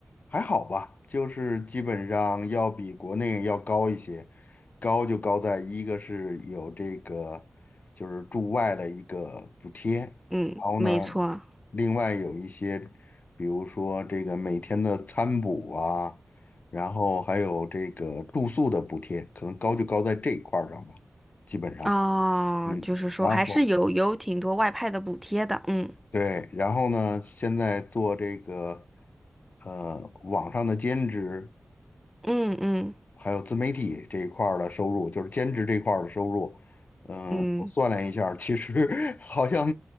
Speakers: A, on the left (about 55°); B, in the centre.
A: 还好吧，就是基本上要比国内要高一些，高就高在一个是有这个就是驻外的一个补贴，
B: 嗯，
A: 然后呢，
B: 没错。
A: 另外有一些，比如说这个每天的餐补啊，然后还有这个住宿的补贴，可能高就高在这一块儿上吧，基本上，
B: 哦，
A: 嗯，
B: 就是说还是有有挺多外派的补贴的，
A: 然后
B: 嗯
A: 对，然后呢，现在做这个。呃，网上的兼职，
B: 嗯嗯
A: 还有自媒体这一块儿的收入，就是兼职这一块儿的收入，嗯，
B: 嗯，
A: 我算了一下儿其实 <laughs> 好像